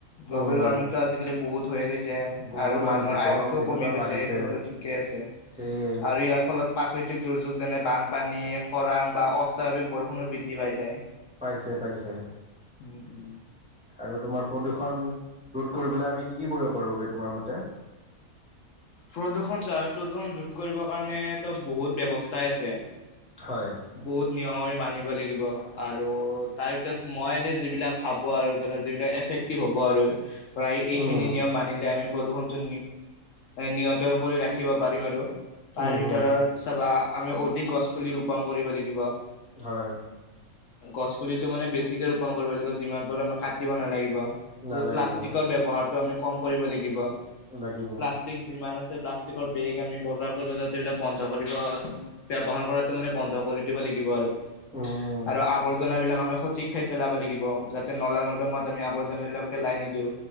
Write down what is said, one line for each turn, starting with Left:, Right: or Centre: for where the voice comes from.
Left: গ্ল'বেল
Centre: উম
Left: ৱাৰ্মিংতটো আজিকালি বহুত হৈয়ে গৈছে।
Centre: বহুত
Left: আৰু
Centre: হৈ
Left: মানুহৰ
Centre: গৈছে
Left: আয়সটোও
Centre: গৰম যেনেকুৱা
Left: কমি গৈছে
Centre: বাঢ়িছে
Left: সেইটো বাৰু ঠিকে আছে
Centre: সেয়ে
Left: আৰু ইয়াৰ ফলত। প্ৰকৃতিক দুৰ্যোগ যেনে বানপানী খৰাং বা অস্বাভাৱিক বৰষুণৰ বৃদ্ধি পাই যায়।
Centre: পাইছে, পাইছে।
Left: উম, উম।
Centre: আৰু তোমাৰ প্ৰদূষণ ৰোধ কৰিবলৈ আমি কি কি কৰিব পাৰোঁ বে তোমাৰ মতে?
Left: প্ৰদূষণ চা প্ৰদূষণ ৰোধ কৰিবৰ কাৰণে। বহুত ব্যৱস্থাই আছেই
Centre: হয়
Left: বহুত নিয়ম মান আৰু তাৰ ভিতৰত মই এনে যিবিলাক ভাব আৰু ধ যিবিলাক এফেক্টিভ হ'ব আৰু প্ৰায় এইখিনি
Centre: উম
Left: নিয়ম মানিলে আমি প্ৰদূষণটো নিয়ন্ত্ৰণ কৰি ৰাখিব পাৰিম আৰু তাৰ
Centre: উম
Left: ভিতৰত
Centre: হুম
Left: চাবা আমি অধিক গছ পুলি ৰোপন কৰিব লাগিব।
Centre: হয়।
Left: গছ পুলিতো মানে বেছিকে ৰোপন কৰিব লাগিব, যিমান পাৰোঁ আমি কাটিব নালাগিব।
Centre: নালাগিব
Left: প্লাষ্টিকৰ ব্যৱহাৰটো আমি কম কৰিব লাগিব।
Centre: লাগিব।
Left: প্লাষ্টিক আছে প্লাষ্টিকৰ বেগ আমি বজাৰ কৰিব যাওতে এইবলাক বন্ধ কৰিব ব্যৱহাৰ কৰাতো মানে বন্ধ কৰিব। শুধিব লাগিব আৰু
Centre: উম উম
Left: আৰু আৱৰ্জনা বিলাক আমি সঠিক ঠাইত পেলাব লাগিব যাতে নলা নৰ্দমাত আমি আৱৰ্জাবিলাক পেলা। নিদিও